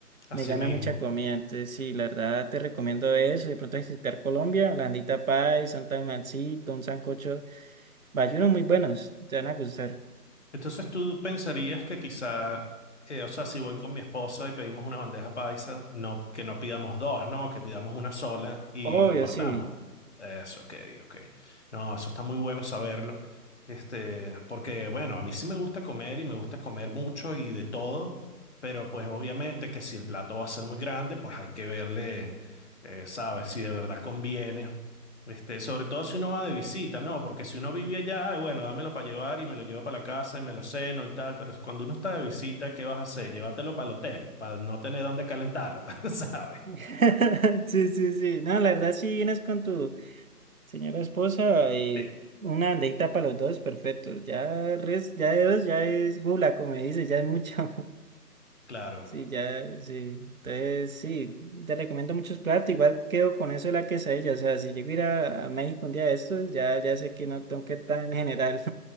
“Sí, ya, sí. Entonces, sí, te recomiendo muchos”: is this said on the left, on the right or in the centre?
Right